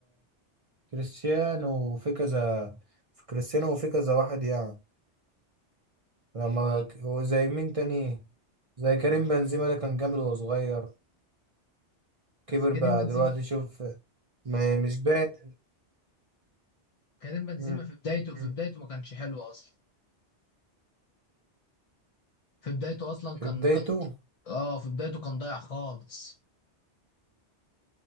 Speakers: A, on the right; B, on the left.
A: وكريستيانو وفي كذا في كريستيانو وفي كذا واحد يعني لما
B: ايوه
A: ك- هو زي مين تاني زي كريم بنزيما ده كان جامد وهو صغير كبر
B: بس كريم
A: بقى
B: بنزيما
A: دلوقتي شوف ما مش باين
B: كريم بنزيما
A: مم.
B: في بدايته في
A: مم.
B: بدايته ما كانش حلو اصلا في بدايته اصلا
A: في
B: كان
A: بدايته
B: كان اه في بدايته كان ضايع خالص